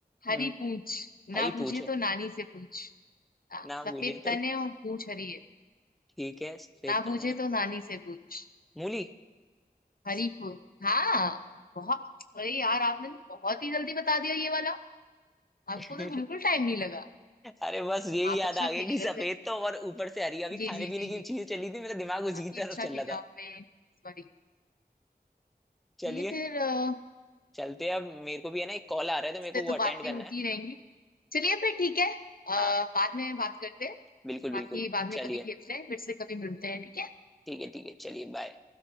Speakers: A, on the left; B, in the centre.
A: हरी
B: हम्म,
A: पूछ ना
B: हरी
A: बूझे
B: पूछे
A: तो नानी से पूछ हाँ
B: ना
A: सफेद
B: पूछे तो
A: तन है और पूछ हरी है
B: ठीक है सफेद
A: ना
B: तन
A: बूझे
B: है
A: तो नानी से पूछ
B: मूली
A: हरी पूछ हाँ बहुत अरे यार आपने बहुत ही जल्दी बता दिया ये वाला
B: <laughs>
A: आपको तो बिल्कुल टाइम नहीं लगा
B: अरे बस यही
A: आप
B: याद
A: अच्छा
B: आ गया
A: खेले
B: कि सफेद
A: वैसे
B: तो और ऊपर से हरी अभी
A: जी
B: खाने
A: जी
B: पीने
A: जी
B: की
A: जी
B: चीजें चली थी मेरा दिमाग उसी
A: काफी
B: की
A: अच्छा
B: तरफ चल
A: खेला
B: रहा
A: आपने
B: था
A: सॉरी
B: चलिए
A: तो ये फिर अ,
B: चलते हैं अब मेरे को भी है ना एक कॉल आ रहा है तो मेरे
A: इस
B: को
A: पे
B: वो
A: तो
B: अटेंड
A: बातें
B: करना
A: होती
B: है
A: रहेंगी चलिए फिर ठीक है अ,
B: हाँ
A: बाद में बात करते हैं
B: बिल्कुल
A: बाकी
B: बिल्कुल
A: बाद में
B: चलिए
A: कभी खेलते हैं फिर से कभी मिलते हैं ठीक है
B: ठीक है ठीक है चलिए बाय